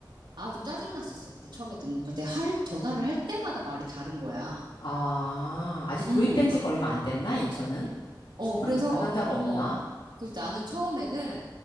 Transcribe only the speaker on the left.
아, 아직 도입된
지가 얼마 안 됐나, 인천은?
담 담당자가 없나?